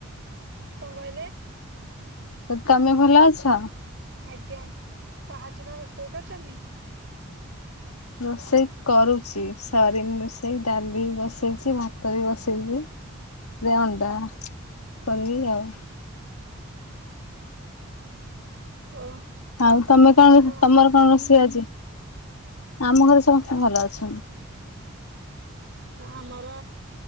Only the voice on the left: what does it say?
ତ ତମେ ଭଲ ଅଛ?
ରୋଷେଇ କରୁଚି ସରିନି ରୋଷେଇ ଡାଲି ବସେଇଚି ଭାତ ବି ବସେଇଚି ଯେ ଅଣ୍ଡା କରିବି ଆଉ
ଆଉ ତମେ କଣ
ତମର
କଣ
ରୋଷେଇ ଆଜି ଆମ ଘରେ ସମସ୍ତେ ଭଲ ଅଛନ୍ତି।